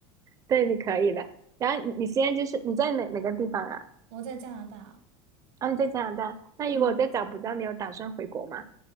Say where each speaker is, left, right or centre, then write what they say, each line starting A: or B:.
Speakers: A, on the right; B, on the right.
A: 对，你可以的。然后你你现在就是你在哪哪个地方啊？
B: 我在加拿大，
A: 啊，你在加拿大。那如果再找不到，
B: 嗯。
A: 你有打算回国吗？